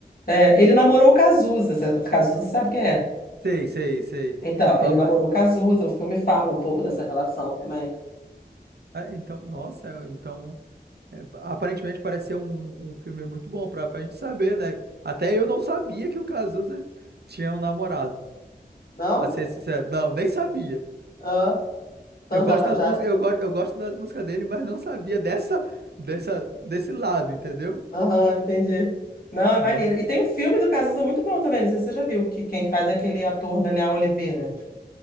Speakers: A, on the left (about 60°); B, on the right (about 75°).
A: é, ele namorou o Cazuza. sa- Cazuza sabe quem é?
B: Sei, sei, sei.
A: Então,
B: Ah,
A: ele
B: mas-
A: namorou o Cazuza. O filme fala um pouco dessa relação também.
B: ah, então, nossa, então. é, aparentemente parece ser um, um filme muito bom pra, pra gente saber, né? Até eu não sabia que o Cazuza tinha um namorado.
A: Não?
B: Pra ser sincero, não, nem sabia.
A: Ah. Então
B: Eu gosto
A: já, va-
B: das
A: já
B: músicas, eu gosto, eu gosto das músicas dele, mas não sabia dessa, dessa, desse lado, entendeu?
A: Aham, entendi. Não,
B: Nossa,
A: é maneiro. E tem um filme do Cazuza muito bom também, não sei se você já viu, que quem faz é aquele ator Daniel Oliveira.